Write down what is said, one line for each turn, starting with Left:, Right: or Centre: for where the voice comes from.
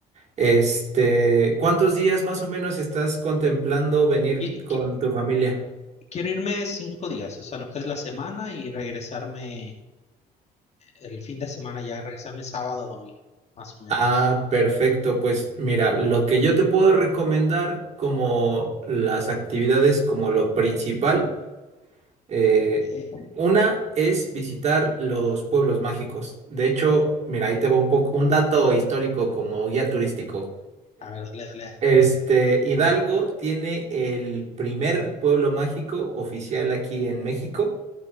Right: Este, ¿cuántos días más o menos estás contemplando venir
Left: Y, y
Right: con
Left: qui-
Right: tu familia?
Left: quiero irme cinco días, o sea, lo que es la semana y regresarme el fin de semana ya, regresarme sábado, domingo, más o menos.
Right: Ah, perfecto. Pues mira, lo que yo te puedo recomendar como las actividades, como lo principal, eh,
Left: Eh,
Right: una es visitar los pueblos mágicos. De hecho, mira, ahí te va un poco un dato histórico como guía turístico.
Left: A ver, dale, dale.
Right: Este, Hidalgo tiene el primer pueblo mágico oficial aquí en México.